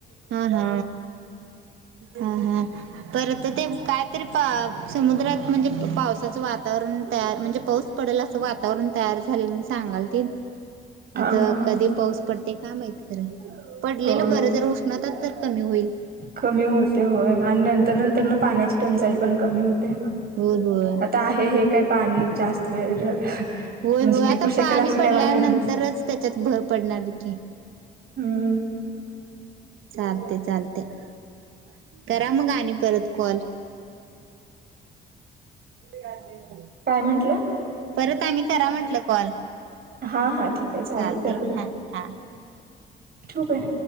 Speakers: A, on the right; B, on the right.
A: हा हा हा हा परत ते कायतरी? समुद्रात म्हणजे पावसाचं वातावरण तयार म्हणजे पाऊस पडेल असं वातावरण तयार झाल. झालय म्हणून सांगाल ती.
B: हा
A: आता
B: हा हा
A: कधी पाऊस पडते काय माहित खरं पडलेलं
B: होय
A: बरं जर उष्णतात तर. कमी होईल
B: कमी होते होय आणि नंतर नंतर न पाण्याची टंचाई? पण कमी होतय
A: होय होय
B: आता आहे हे काय? पाणी जास्त वेळ म्हणजे
A: होय होय
B: टिकू
A: आता
B: शकेल
A: पाणी
B: असं
A: पडल्यानंतरच
B: काही वाटत नाही
A: त्याच्यात भर पडेल? नाजुक.
B: हम्म
A: चालते चालते काय? करा मग आणि परत कॉल? बजी <unintelligible>
B: काय म्हंटलं?
A: परत आनी करा म्हंटलं कॉल
B: हा हा ठीक आहे चालेल
A: चालते
B: करते
A: ह हा.
B: ठेवू काय?